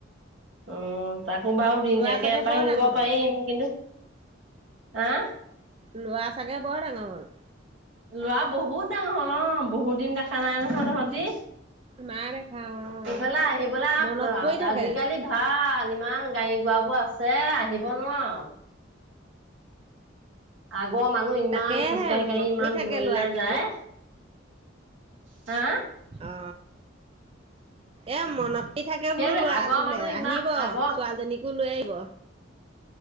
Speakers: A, on the right; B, on the right.
A: উম তাকো বাৰু দিনটীয়াকে
B: ল'ৰা চাগে
A: এপাক
B: বৰ
A: নিব
B: ডাঙৰ হ'ল।
A: পাৰিম কিন্তু হা
B: ল'ৰা ছাগে বৰ ডাঙৰ হ'ল।
A: ল'ৰা বহুত ডাঙৰ হ'ল অ বহুত দিন দেখা নাই নহয় তহঁতি
B: নাই দেখা অ',
A: সিফালে আহিবেলা
B: মনত পৰি থাকে।
A: আজিকালি ভাল ইমান গাড়ী গুৰা বোৰ আছে আহিব নোৱাৰ। আগৰ মানুহ ইমান
B: তাকেহে
A: খোজকাঢ়ি
B: মনত
A: কাঢ়ি ইমান
B: পৰি থাকে
A: দূৰণিলে
B: ল'ৰাটো
A: যায়। হা।
B: অ এ মনত। হি থাকে
A: সেইটো
B: বোলো, লোৱা
A: আগৰ
B: তোলে
A: মানুহ ইমান
B: আহিব
A: আগৰ
B: ছোৱালীজনীকো লৈ আহিব।